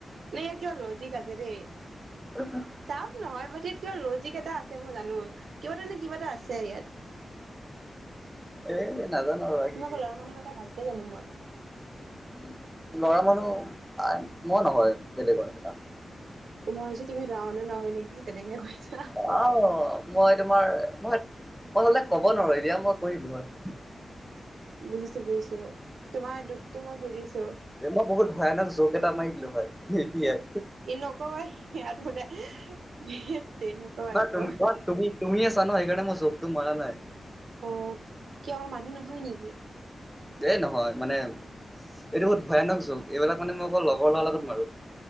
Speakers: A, on the right; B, in the centre.
A: ন ইয়য়া কিয় লজিক আছে দেেই <inaudible>
B: তে <inaudible>
A: টাফ নহয় মুঠতে ইয়াত কিবা ল'জিক এটা আছে মই জানো, কিবা এটা নে কিবা এটা আছে ইয়াত।
B: এ নাজানো বা
A: তোমাক
B: কি।
A: ল'ৰা মানুহৰ কথা ভালকে জানো মই।
B: উ লৰা মানুহ মোই নহয় বেলেগৰ নিচিনা <inaudible>
A: মই হৈছে তুমি নওনো নহয় নেকি যেনেকে কৈছা <inaudible>
B: আহ মই তোমাৰ মই মইহ'লে ক'ব নোৱাৰো এতিয়া মই কৰিলো হয়।
A: বুজিছো বুজিছো, তোমাৰ দুখটো মই বুজিছো।
B: মই বহুত ভয়ানক জোক এটা মাৰি দিলো হয় এতিয়াই।
A: নকবা সিহাত বোধে <inaudible> হেট তেৰি অঁকৰা।
B: ন তুমি অ তুমি তুমি আছ ন সেইকাৰণে মই যোক টো মাৰা নাই।
A: অঁ, কিয় মানুহ নহয় নেকি?
B: এই নহয়, মানে এইটো বহুত ভয়ানক য'গ এইবিলাক মানে মই অকল লগৰ ল'ৰাৰ লগত মাৰো।